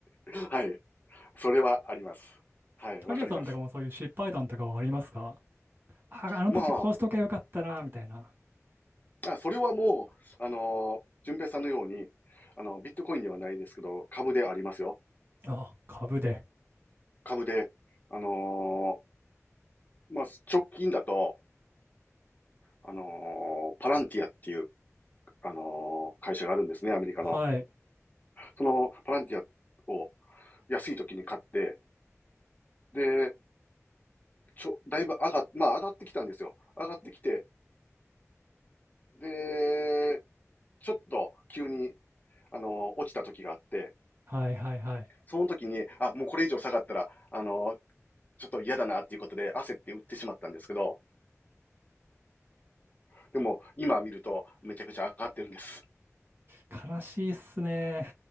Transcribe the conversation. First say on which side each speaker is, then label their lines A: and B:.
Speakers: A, on the left; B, on the right.
A: <laughs> はい。それはあります。はい、
B: たけさんとかもそういう失敗談とかはありますか
A: わかります。
B: あ、あの時こうしとけばよかったな、
A: まあ、
B: みたいな。
A: あそれはもう、あの、順平さんのように、あの、ビットコインではないですけど、株でありますよ。
B: あ、株で。
A: 株で、あのまあ、直近だと、あのーパランティアっていう、あのー会社があるんですね、アメリカの。
B: はい。
A: そのパランティアを安い時に買って、で、ちょ、だいぶ上がっ、まあ上がってきたんですよ。上がってきて、で、ちょっと急に、あのー落ちた時があって、
B: はいはいはい。
A: その時に、あ、もうこれ以上下がったら、あのーちょっと嫌だなっていうことで焦って売ってしまったんですけど、でも今見るとめちゃくちゃ上がってるんです。
B: 悲しいっすね。